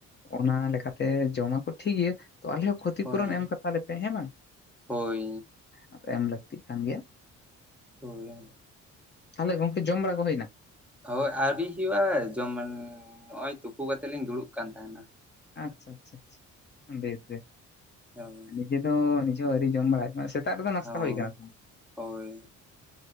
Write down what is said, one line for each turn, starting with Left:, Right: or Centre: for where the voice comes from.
Left: ᱚᱱᱟ ᱞᱮᱠᱟᱛᱮ ᱡᱚᱢᱟ ᱠᱚ ᱴᱷᱤᱠ ᱜᱮᱭᱟ ᱛᱚ ᱟᱞᱮ ᱦᱚᱸ ᱠᱷᱚᱛᱤᱯᱩᱨᱩᱨᱚᱱ
Centre: ᱦᱳᱭ
Left: ᱮᱢ ᱠᱟᱛᱟᱞ ᱞᱮᱯᱮ ᱦᱮᱸ ᱵᱟᱝ
Centre: ᱦᱳᱭ
Left: ᱟᱫᱚ ᱮᱢ ᱞᱟᱹᱜᱤᱫ ᱞᱟᱹᱠᱛᱤᱜ ᱠᱟᱱ ᱜᱮᱭᱟ <inaudible>
Centre: ᱦᱚᱭ <unintelligible>
Left: ᱛᱟᱦᱚᱞᱮ ᱜᱚᱢᱠᱮ ᱡᱚᱢ ᱵᱟᱲᱟ ᱠᱚ ᱦᱩᱭᱱᱟ?
Centre: ᱦᱳᱭ ᱟᱹᱣᱨᱤ ᱦᱩᱭᱩᱜᱼᱟ ᱡᱮᱢᱚᱱ ᱱᱚᱜᱼᱚᱭ ᱛᱩᱯᱩ ᱠᱟᱛᱮᱫ ᱞᱤᱧ ᱫᱩᱲᱩᱵ ᱠᱟᱱ ᱛᱟᱦᱮᱸᱱᱟ᱾
Left: ᱟᱪᱪᱷᱟ ᱟᱪᱪᱷᱟ ᱟᱪᱪᱷᱟ ᱵᱮᱥ ᱵᱮᱥ
Centre: ᱦᱳᱭ
Left: ᱱᱤᱡᱮ ᱫᱚ ᱱᱤᱡᱮ ᱦᱚ ᱥᱟᱨᱤ ᱡᱚᱢ ᱵᱟᱲᱟᱭ ᱥᱮᱛᱟᱜ ᱨᱮᱫᱚ ᱱᱟᱥᱛᱟ
Centre: ᱚ
Left: ᱦᱩᱭ ᱠᱟᱱᱟ <unintelligible>
Centre: ᱦᱳᱭ